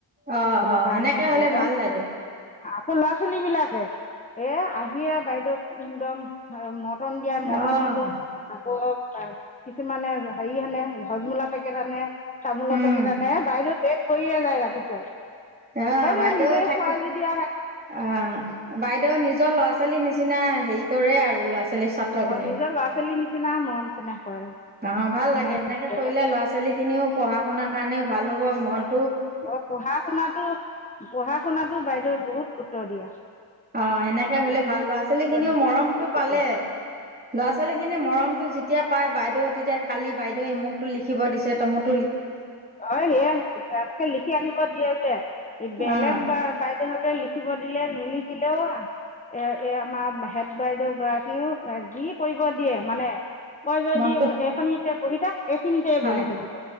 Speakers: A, on the right; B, on the left.
A: অ'
B: সেইটো
A: অ'
B: কাৰণে
A: সেনেকে হ'লে
B: ধৰি ল,
A: ভাল লাগে।
B: আকৌ ল'ৰা ছোৱালী বিলাকে এ আহিয়ে বাইদেউ একদম মটন দিয়া মটন
A: অ'
B: দিব আ অক কিছুমানে হেৰি আনে, হজমলা পেকেট আনে, তামোলৰ
A: উম
B: পেকেট আনে, বাইদেউৰ পেট ভৰিয়েই যায় ৰাতিপুৱাই।
A: অ'
B: বাইদেউয়ে
A: বাইদেউ
B: নিজে
A: থাকি
B: খুৱাই যেতিয়া
A: অ, বাইদেউ নিজৰ ল'ৰা ছোৱালীৰ নিচিনা হেৰি কৰে আৰু ল'ৰা ছো লি ছাত্ৰ
B: অঁ
A: খিনিক,
B: নিজৰ ল'ৰা ছোৱালীৰ নিচিনা মৰম চেনেহ কৰে
A: অ' ভাল
B: মানে
A: লাগে সেনেকে
B: বেলেগ
A: কৰিলে ল'ৰা ছোৱালী খিনিও পঢ়া শুনাৰ কাৰণেও ভাল হ'ব, মন
B: অ' পঢ়া শুনাটো, পঢ়া শুনাটো বাইদেউ বহুত ক ত্ব দিয়া
A: অ' সেনেকে হ'লে ভাল। ল'ৰা ছোৱালী খিনিও
B: নিদিয়া
A: মৰমটো
B: বহুত
A: পালে,
B: গুৰুত্ব
A: ল'ৰা ছোৱালী খিনি মৰমটো যেতিয়া পাই বাইদেউও তেতিয়া কালি বাইদেৱে মোকটো লিখিব দিছে তমোক
B: অ' সেয়া তেনেকে লিখি আনিব দিয়ে যে, বেলেগ
A: অ',
B: বা বাইদেউহঁতে লিখিব দিলে নিলিখ থাকিলেও এ এ আমাৰ হেড বাইদেউ গৰাকীও যি কৰিব দিয়ে মানে কৰিব
A: মনটো
B: দি এ এখনি এতিয়া বহিত এইখিনিতে
A: হয়।
B: বহি থাকিব।